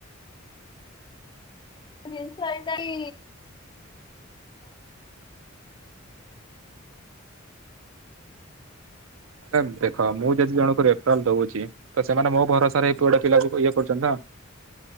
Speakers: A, on the left; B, on the right.
A: ଜିନିଷ ଏଇଟା କି?
B: ରେ ଦେଖ ମୁଁ ଯଦି ଜଣଙ୍କୁ ରେଫରାଲ ଦଉଛି ତ ସେମାନେ ମୋ ଭରସାରେ ଏ <unintelligible> କୁୁଡେ ପିଲା ଇଏ କରୁଛନ୍ତି। ତ।